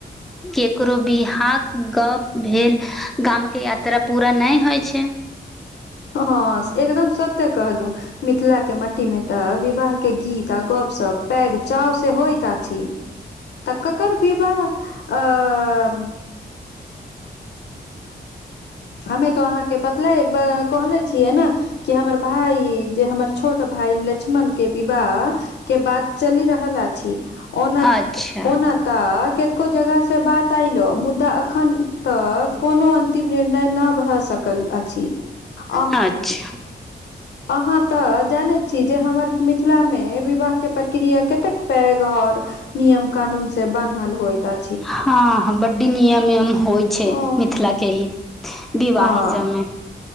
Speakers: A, in the centre; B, on the left.
A: केकरो विहाकऽ गप भेल। गाम के यात्रा पूरा नै होइ छै।
B: हँ एकदम सत्य कहलु मिथिला के मट्टी में त विवाह। के गीत आ गप सप पैघ चाव से होइत अछि। तक ककर बिबाह अ। हमे तो अहाँके बतले कहले छियै न। कि हमर भाई जे हमर छोट भाई लक्ष्मण के विवाह। के बात चलि रहल अछि ओना
A: अच्छा
B: ओना त के। <unintelligible> जगह से बात आयल मुदा अखन तऽ कोनो अंतिम निर्ण। नय न भए सकल अछि। आ
A: <unintelligible> अच्छा।
B: अहाँ तऽ जानैत छी जे हमर मिथिलामे विवाह के प्रक्रिया कतेक पैघ आओर नियम कानून से बनहल होय त अ
A: हँ बड्डी नियम एम होइ छै
B: अ
A: मिथिला के ई विवाही
B: हँ
A: सब मे।